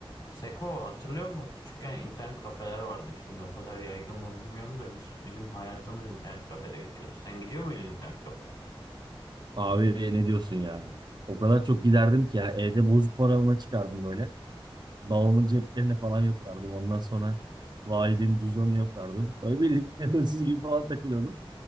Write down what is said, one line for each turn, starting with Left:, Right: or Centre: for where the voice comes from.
Left: Seko hatırlıyor musun? Küçükken internet kafeler vardı. Şimdi o kadar yaygın mı bilmiyorum da biz bizim hayatımız internet kafede geçiyordu. Sen gidiyor muydun internet kafeye?
Right: Abi ne diyorsun ya? O kadar çok giderdim ki ya evde bozuk para ona çıkardım böyle. Babamın ceplerine falan yoklardım. Ondan sonra validenin cüzdanını yoklardım. Öyle bir <laughs> hırsız gibi falan takılıyordum.